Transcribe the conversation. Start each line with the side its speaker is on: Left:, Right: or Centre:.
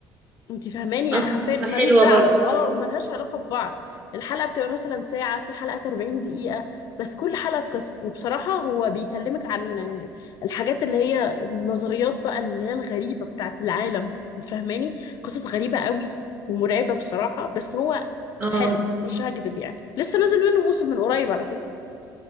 Left: انت فاهماني يعني
Right: آه، بتبقى
Left: حرفيا ملوش
Right: حلوة
Left: دعوة
Right: برضه
Left: اه وملهاش علاقة ببعض الحلقة بتبقى مثلا ساعة في حلقات 40 دقيقة بس كل حلقة بقصة وبصراحة هو بيكلمك عن آه، الحاجات اللي هي النظريات بقى اللي هي الغريبة بتاعت العالم فاهماني قصص غريبة قوي ومرعبة بصراحة بس هو
Right: اه
Left: حلو مش هكدب يعني لسه نازل منه موسم من قريب على فكرة